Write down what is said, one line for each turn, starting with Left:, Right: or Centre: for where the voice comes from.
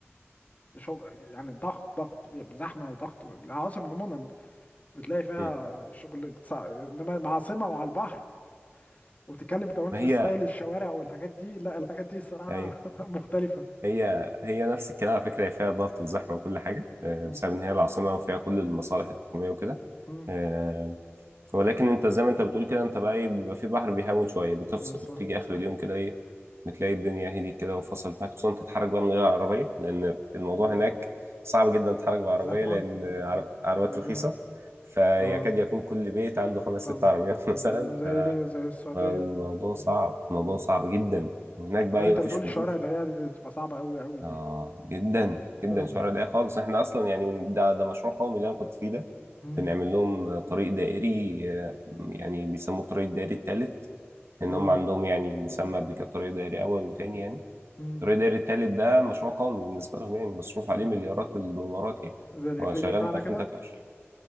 Left: شغل يعني ضغط ضغط زحمه وضغط العواصم عموما بتلاقي فيها
Right: مم.
Left: شغل صع- انما مع عاصمه وعلى البحر وبتتكلم كمان
Right: ما
Left: في
Right: هي
Left: ستايل الشوارع والحاجات دي لا الحاجات دي الصراحه
Right: ايوه
Left: <laughs> مختلفه
Right: هي هي نفس الكلام على فكره هي فيها ضغط وزحمه وكل حاجه آه،
Left: مم.
Right: بسبب ان هي العاصمه وفيها كل المصالح الحكوميه وكده
Left: مم.
Right: آه، ولكن انت زي ما انت بتقول كده انت بقى ايه بيبقى في بحر بيهون شويه بتفصل
Left: مم. صح
Right: بتيجي
Left: صح
Right: اخر اليوم كده ايه بتلاقي الدنيا هديت كده وفصلت معاك خصوصا انت تتحرك بقى من غير عربيه لان الموضوع
Left: مم.
Right: هناك صعب جدا تتحرك بعربيه
Left: زحمه
Right: لان
Left: مم.
Right: عر- عربيات
Left: مدرب.
Right: رخيصه فيكاد
Left: اه
Right: يكون كل بيت عنده خمس
Left: فاهم
Right: ست عربيات <laughs> مثلا
Left: زي زي
Right: ف-
Left: ليه زي السعوديه
Right: فالموضوع
Left: مم.
Right: صعب الموضوع
Left: مم.
Right: صعب جدا وهناك بقى
Left: كمان
Right: ايه
Left: انت
Right: مفيش
Left: بتقول الشوارع
Right: مرور
Left: ضيقه دي, دي تبقى صعبه قوي قوي دي
Right: اه جدا جدا
Left: طب
Right: شوارع ضيقه خالص احنا اصلا يعني من ده ده مشروع قومي اللي انا كنت فيه ده
Left: مم.
Right: بنعمل لهم طريق دائري آه، يعني بيسموه الطريق الدائري الثالث ان
Left: اه
Right: هم عندهم يعني مسمى قبل كده طريق دائري اول وتاني يعني
Left: مم.
Right: الطريق الدائري الثالث ده مشروع قومي بالنسبه لهم يعني مصروف
Left: آه.
Right: عليه مليارات الدولارات يعني
Left: زي الاقليمي
Right: هو شغال
Left: بتاعنا
Right: من 2023
Left: كده